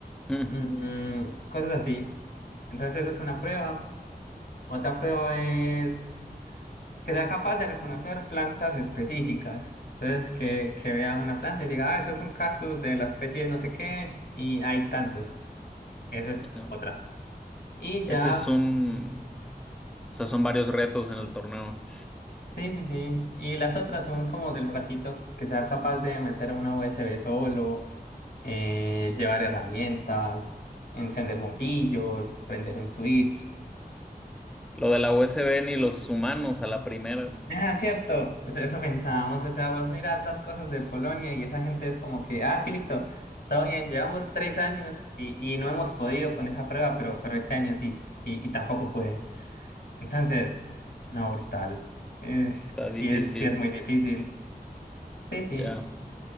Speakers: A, in the centre; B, on the left.
A: Mm,
B: mm, cosas así. Entonces eso es una prueba. Otra prueba es que sea capaz de reconocer plantas específicas. Entonces que, que vea una planta y diga, ah, eso es un cactus de la especie de no sé qué y hay tantos. Esa es
A: ya.
B: otra. Y ya,
A: Ese es un, o sea, son varios retos en el torneo.
B: sí, sí, sí. Y las otras son como del bracito, que sea capaz de meter una USB solo, eh, llevar herramientas, encender bombillos, prender un switch.
A: Lo de la USB ni los humanos a la primera.
B: Ah, cierto, eso, eso pensábamos, o sea, vos mirás las cosas de Polonia y esa gente es como que, ah, sí, listo, todo bien, llevamos tres años y, y no hemos podido con esa prueba, pero, pero este año sí, y, y tampoco pueden. Entonces, no, brutal. Eh,
A: Está
B: sí
A: difícil.
B: es, sí es muy difícil. Sí, sí.
A: Ya.